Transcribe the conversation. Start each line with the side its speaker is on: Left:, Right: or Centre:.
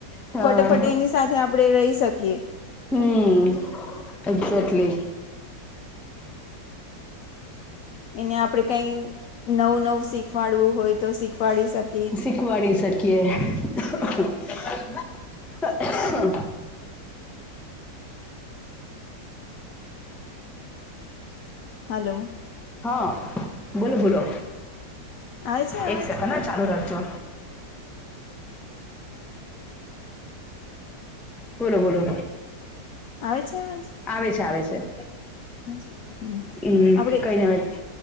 Centre: હા,
Left: ફટાફટ એની સાથે આપણે રહી શકીએ
Centre: હમ, એક્ઝેક્ટલી
Left: એને આપડે કાઈ નવુ નવું શીખવાડવું હોય, તો શીખવાડી શક
Centre: શીખવાડી શકીએ, અહ અહ હ અહ
Left: હલો!
Centre: હા બોલો બોલો
Left: આવે છે અવાજ
Centre: એક સેકન્ડ હા ચાલુ રાખજો બોલો, બોલો,
Left: આવે છે અવાજ?
Centre: આવે છે, આવે છે,
Left: આપણે
Centre: હમ, કઈની અવે